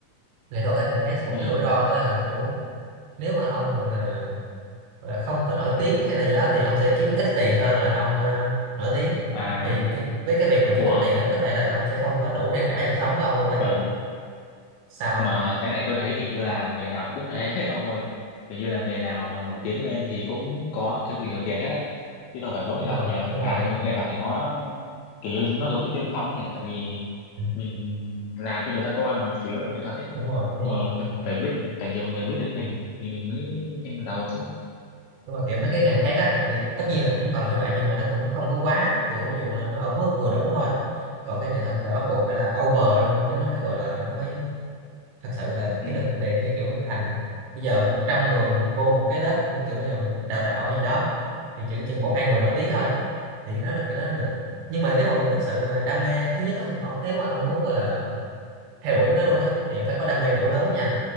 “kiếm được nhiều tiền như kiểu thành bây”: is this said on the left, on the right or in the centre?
Right